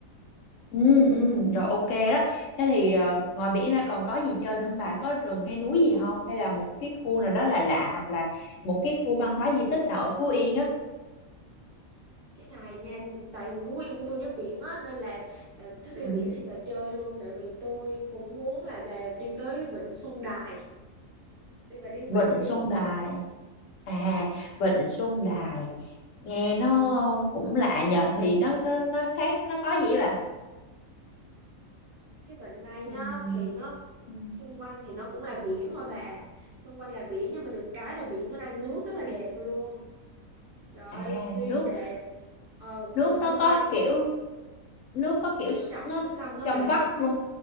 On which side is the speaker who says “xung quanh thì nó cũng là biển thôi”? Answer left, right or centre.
Right